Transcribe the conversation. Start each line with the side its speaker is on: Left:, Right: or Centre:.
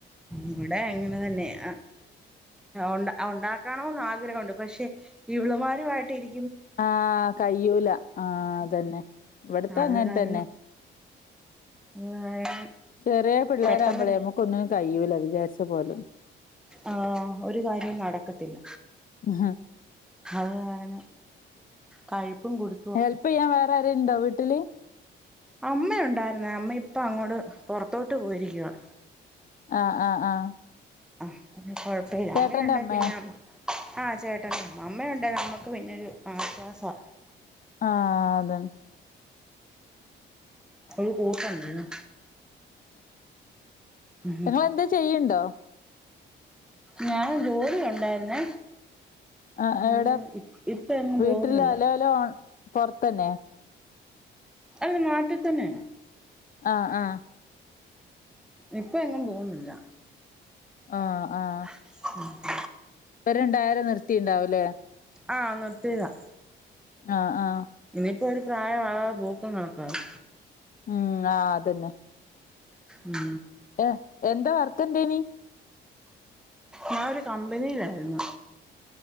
Centre: ഇവിടെ അങ്ങനെ തന്നെഅ ഉണ്ടാ ഉണ്ടാക്കണന്ന് ആഗ്രഹുണ്ട് പക്ഷെ ഇവളുമാരുമായിട്ട് ഇരി
Left: ആഹ് കയ്യൂലആഹ് അതന്നെ ഇവിടത്ത
Centre: അത്
Left: അങ്ങൻ
Centre: കാരണം
Left: തന്നെ
Centre: അത് കാരണം
Left: ചെറിയ പിള്ളേരാവുമ്പോളെ
Centre: പെട്ടെന്ന്
Left: നമ്മുക്കൊന്നിനും കഴിയൂല വിചാരിച്ച പോലൊന്നും
Centre: ആഹ് ഒരു കാര്യം നടക്കത്തില്ല
Left: ഉം
Centre: അത് കാരണം കഴിപ്പും കൊടു
Left: ഹെൽപ് യ്യാൻ വേറെ ആരെലുണ്ടോ വീട്ടില്
Centre: അമ്മയുണ്ടായിരുന്ന അമ്മ ഇപ്പം അങ്ങോട്ട് പുറത്തോട്ട് പോയിരിക്കുവാ
Left: ആഹ് ആഹ് ആഹ്
Centre: അഹ് കുഴപ്പല്ല
Left: ചേട്ടന്റെ
Centre: അമ്മണ്ടെ
Left: അമ്മേ
Centre: പിന്നെ ആഹ് ചേട്ടൻ അമ്മയുണ്ടെ നമ്മക്ക് പിന്നെരു ആശ്വാസം
Left: ആഹ് അതെ
Centre: ഒരു കൂർക്കേണ്ടെന്നു ഉം
Left: നിങ്ങളെന്തേ ചെയ്യണ്ടോ
Centre: ഞാൻ ജോലി ഉണ്ടായിരുന്നേ
Left: അഹ് എവിടെ
Centre: അയ്യോ ഇപ്പ എങ്ങും
Left: വീട്ടില്
Centre: പോകുന്നില്ല
Left: അലല പോറത്തന്നെ
Centre: അത് നാട്ടി തന്നെ
Left: ആഹ് ആഹ്
Centre: ഇപ്പൊ എങ്ങും പോന്നില്ല
Left: ആഹ് ആഹ്
Centre: ആഹ്
Left: ഒരണ്ടായിരം നിർത്തിണ്ടാവുല്ലേ
Centre: ആഹ് നിർത്തിതാ
Left: ആഹ് ആഹ്
Centre: ഇനിയിപ്പോ ഒരു പ്രായാകാതെ പൂക്കും കാണക്കാണ്
Left: ഉം ആഹ് അതന്നെ
Centre: ഉം
Left: ഏഹ് എന്താ വർക്കന്തേനി
Centre: ഞാനോരു കമ്പനിയിലായിരുന്നു